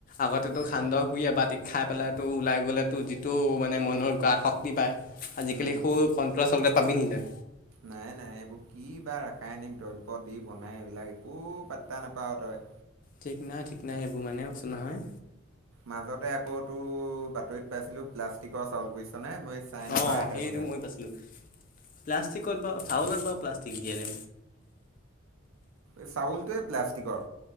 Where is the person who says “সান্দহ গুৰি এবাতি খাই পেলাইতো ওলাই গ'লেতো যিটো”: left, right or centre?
Left